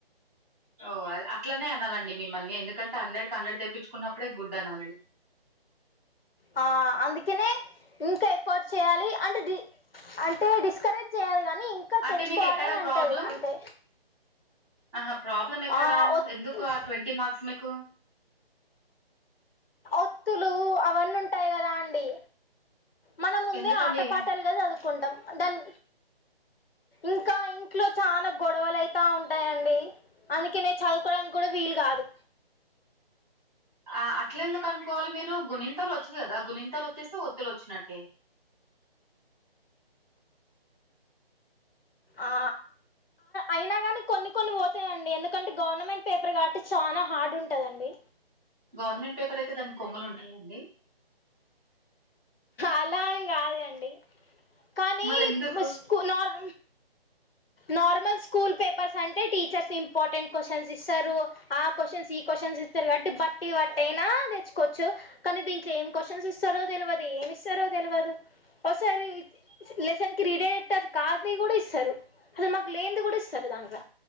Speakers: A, on the right; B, on the left.
A: ఓ అ అట్లనే అనాలండి మిమ్మల్ని ఎందుకంటే హండ్రెడ్ కి హండ్రెడ్ తెప్పించుకున్నప్పుడే గుడ్ అనాలి
B: ఆ అందుకనే ఇంకా ఎఫర్ట్ చేయాలి అంటే డి అంటే డిస్కరేజ్ చేయాలి కానీ ఇంకా
A: అంటే
B: తెచ్చుకోవాలని
A: మీకు ఎక్కడా
B: అంటది
A: ప్రాబ్లం
B: అంతే
A: ఆహ ప్రాబ్లం ఎక్కడా
B: ఆ, ఒత్-
A: ఎందుకు ఆ ట్వంటీ మార్క్స్ మీకు
B: ఒత్తులు అవన్నీ ఉంటాయి కదా అండి మనం ముందే
A: ఎందుకండి
B: ఆట పాటాలుగా చదువుకుంటాం దాని ఇంకా ఇంట్లో చాలా గొడవలు అయితా ఉంటాయండి అందుకనే చదువుకోవడానికి కూడా వీలు కాదు
A: ఆ అట్ల ఎందుకు అనుకోవాలి మీరు గుణింతాలు వచ్చు కదా ఆ గుణింతాలు వచ్చేస్తే ఒత్తులు వచ్చినట్టే
B: ఆ అయినా కానీ కొన్ని కొన్ని పోతాయండి ఎందుకంటే గవర్నమెంట్ పేపర్ కాబట్టి చానా హార్డ్ ఉంటదండి
A: గవర్నమెంట్ పేపర్ అయితే దానికి కొమ్మలు ఉంటాయా అండి
B: అలా అని కాదు అండి కానీ
A: మరి ఎందుకు
B: స్ స్కు నార్ నార్మల్ స్కూల్ పేపర్స్ అంటే టీచర్స్ ఇంపార్టెంట్ క్వశ్చన్స్ ఇస్తారు ఆ క్వశ్చన్స్ ఈ క్వశ్చన్స్ ఇస్త రు కాబట్టి బట్టి పట్టి అయినా తెచ్చుకో కొచ్చు కనీ దీంట్లో ఏం క్వశ్చన్ ఇస్తరో తెలవదు అ ఏమి ఇస్తారో తెలవదు ఒసారి లెసన్ కి రీలేటడ్ కాన్ది కూడా ఇస్తరు అసలు మాకు లేనిది కూడా ఇస్తరు దాంట్ల